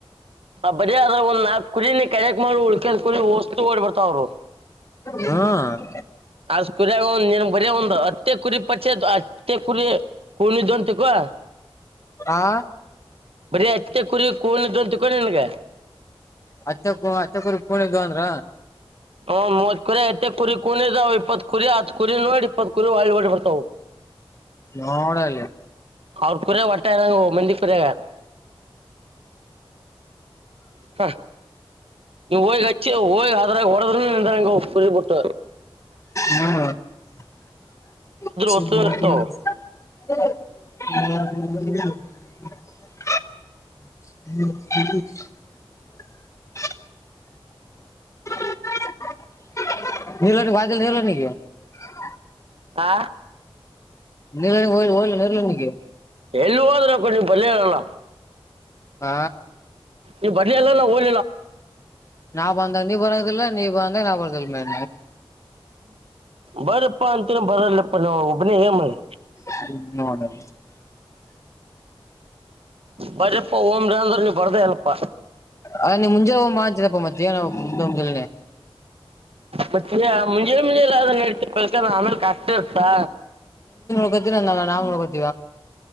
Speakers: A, on the right (about 75°); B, on the left (about 30°).
A: ಆ ಬರಿ ಆದ್ರೆ ಒಂದ್ ನಾಲ್ಕು. ಕುರಿ ಕೆರೆಕ್ ಮಾಡ ಉಳ್ಕ ಕು ವಸ್ತು ಓಡ್ಬರ್ತಾವರು.
B: ಹ್ಮ್
A: ಅದ್ ಕುರಿಯಾಗ್ ಒ ನೀನ್ ಬರಿ ಒಂದು ಅತ್ತೆ ಕುರಿ ಪಚ್ಚೆ ಅತ್ತೆ ಕುರಿ. ಕುರಿ ಅಯ್ತನ್ ತಿಳ್ಕೊ.
B: ಆ
A: ಬರೀ ಅತ್ತೆ ಕುರಿ ಕೂಂತಕೊಂಡಿ ನಿನ್ಗೆ.
B: ಅತ್ತಕ್ಕೂ ಅತ್ತಕ್ಕೂರಿ ಪೂಣದು ಅಂದ್ರ.
A: ಹ್ ಮೂವತ್ ಕುರಿ ಐತ್ತ ಕುರಿ ಕೂದಾವ್ ಇಪ್ಪತ್ ಕುರಿ ಹತ್ ಕುರಿ ನೋಡಿ ಇಪ್ಪತ್ ಕುರಿ ಒಳ್ಳ ಹೊಟ್ಟಬಡ್ತಾವವು.
B: ನೋಡೆ.
A: ಅವ್ರ ಕುರ್ಯಾಗ ಒಟ್ಟ ಏನಂಗ ಮಂದಿ ಕುರ್ಯಾಗ್. ಹ ನೀ ಹೋಗ್ ಹಿ ಅದ್ರಾಗ ಹೊಡದ್ಯ ನಿಂಗ ಕುರಿ ಬಿಟ್ಟ.
B: ಹ್ಮ್ <unintelligible>
A: ವಸ್ತು ಇರ್ತಾವ
B: <inaudible> <inaudible> <unintelligible>
A: ಆ.
B: ನಿರ್ ಓಯ್ ಓಯ್ ನಿರ್ಲನಿಗೆ.
A: ಎಲ್ಲ ಹ ಆದ್ರೆ ಕೊು ನೀ್ ಬಲ್ಲೇ ಇರಲ್ಲ
B: ಆ
A: ಈ ಬಟ್ ಎಲ್ಲ ಹೋಗಿ
B: ನಾ ಬಂದಾಗ ನೀ ಬರೋದಿಲ್ಲ ನೀ ಬಂದಾಗ ನಾ ಬರದಿಲ್ಲ ಮೇಲೆ
A: ಬರಪ್ಪಾ ಅಂತನ ಬರಲ್ಲಪ್ಪ ನಾ ಒಬ್ನ ಮಾಡಿ
B: ಹ್ಮ ನೋಡಣ
A: ಬರಪ್ಪಾ ಓಮ್ರ ಅಂದ್ರಿಗೆ ಬರ್ದೇ ಅಲ್ಲಪ್ಪಾ
B: ಅದ್ ನಿಮ್ ಮುಂಜೆ ಹೋಗ್ ಮಾಡ್ತೀರಪ್ಪ ಮತ್ತೆ ಏನನೆ
A: ಮತ್ತೆ ಮುಂಜೆ ಮುಂಜೆಲ್ಲ್ರ ನಡ್ತಿ ಕಲ್ಕಂದ ಆಮೇಲೆ ಕಷ್ಟ ಇಸಾ
B: ಯ ದಾ್